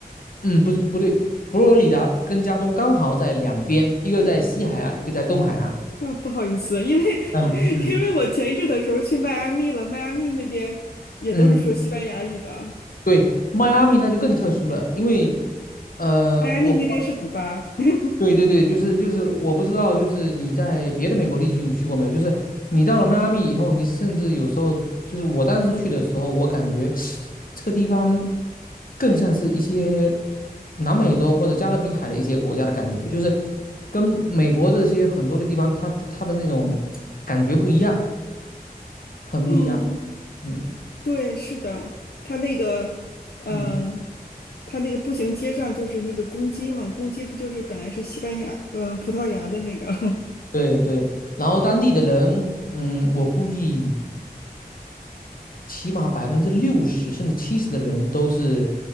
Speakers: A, on the left (about 60°); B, on the left (about 75°).
A: 嗯，不是不对，佛罗里达跟加州刚好在两边，一个在西海岸，一个在东海岸。
B: 啊、不好意思，因为 <laughs>
A: 嗯嗯
B: 因为我前一阵的时候去迈阿密了，迈阿密那边也都是说西班牙语的，
A: 嗯，对，迈阿密那就更特殊了，因为呃，
B: 迈阿密那边是古巴。
A: 我
B: <laughs>
A: 对对对，就是就是，我不知道，就是你在别的美国地区你去过没有？就是你到了迈阿密以后，你甚至有时候就是我当时去的时候，我感觉这个地方更像是一些南美洲或者加勒比海的一些国家的感觉，就是跟美国这些很多的地方，它它它的那种感觉不一样，很不一样。
B: 嗯，
A: 嗯
B: 对，是的，他那个，呃，
A: 嗯，
B: 他那个步行街上就是那个公鸡嘛，公鸡不就是本来是西班牙，嗯，葡萄牙的那个？<laughs>
A: 对对。然后当地的人，嗯，我估计。起码百分之六十甚至七十的人都是，